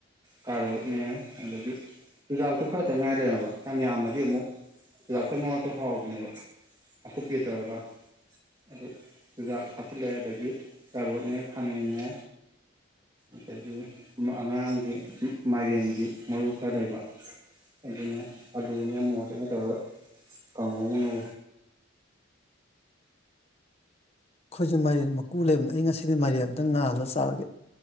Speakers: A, on the right; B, on the left.
A: ꯀꯥꯔꯔꯣꯠꯅꯦ ꯑꯗꯒꯤ ꯆꯨꯖꯥꯛꯇꯨ ꯈꯔꯗꯪ ꯉꯥꯏ ꯂꯩꯔꯕ ꯌꯥꯝ ꯌꯥꯝꯃꯗꯤ ꯑꯃꯨꯛ ꯆꯨꯖꯥꯛꯇ ꯉꯁꯨ ꯍꯥꯎꯕꯅꯦꯕ ꯑꯀꯨꯞꯄꯤꯦ ꯇꯧꯔꯒ ꯑꯗꯨ ꯆꯨꯖꯥꯛ ꯍꯥꯞꯆꯤꯜꯂꯑꯦ ꯑꯗꯒꯤ ꯆꯥꯔꯣꯠꯅꯦ ꯈꯥꯃꯦꯟꯅꯦ ꯑꯗꯒꯤ ꯑꯉꯥꯡꯒꯤ ꯃꯥꯏꯔꯦꯟꯒꯤ ꯃꯔꯨ ꯈꯔ ꯂꯩꯕ ꯑꯗꯨꯅꯦ ꯑꯗꯣꯅꯦ ꯑꯃ ꯃꯣꯠꯇꯅꯦ ꯑ ꯀꯥꯡꯪꯕ ꯉ ꯅ
B: ꯑꯩꯈꯣꯏꯁꯦ ꯃꯥꯏꯔꯦꯟ ꯃꯀꯨ ꯂꯩꯕꯅ ꯑꯩ ꯉꯁꯤꯗꯤ ꯃꯥꯏꯔꯦꯟ ꯑꯝꯇꯪ ꯉꯥꯜꯂꯒ ꯆꯥꯔꯒꯦ